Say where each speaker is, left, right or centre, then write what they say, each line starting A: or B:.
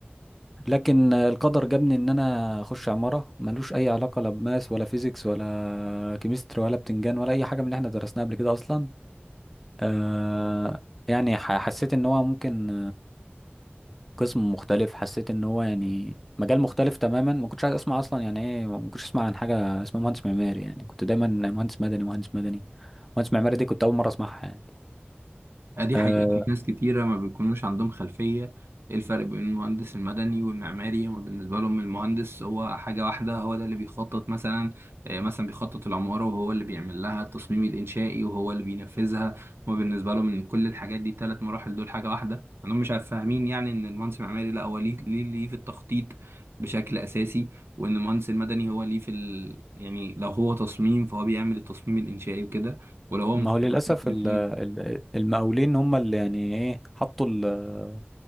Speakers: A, in the centre; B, on the right (about 80°).
A: لكن القدر جابني ان انا اخش عمارة ملوش اي علاقة لا بماس ولا فيزيكس ولا كيمستري ولا بتنجان ولا اي حاجة من اللي احنا درسناها قبل كده اصلا آه يعني ح- حسيت ان هو ممكن قسم مختلف حسيت ان هو يعني مجال مختلف تماما ما كنتش عايز اسمع اصلا يعني ايه ما كنتش اسمع عن حاجة اسمها مهندس معماري يعني كنت دايما مهندس مدني مهندس مدني مهندس معماري دي كنت اول مرة اسمعها يعني
B: آه، دي
A: آه
B: حقيقة في ناس كتيرة ما بيكونوش عندهم خلفية ايه الفرق بين المهندس المدني والمعماري هما بالنسبة لهم المهندس هو حاجة واحدة هو ده اللي بيخطط مثلا آه، مثلا بيخطط العمارة وهو اللي بيعمل لها التصميم الإنشائي وهو اللي بينفذها هما بالنسبة لهم إن كل الحاجات دي تلات مراحل دول حاجة واحدة عندهم مش عارف فاهمين يعني إن المهندس المعماري لا هو ليه ليه ليه في التخطيط بشكل أساسي وإن المهندس المدني هو ليه في ال... يعني لو هو تصميم فهو بيعمل التصميم الإنشائي وكده ولو هو
A: ما
B: مخطط
A: هو للاسف
B: بالتنفيذ
A: ال- ال- المقاولين هم اللي يعني ايه حطوا ال-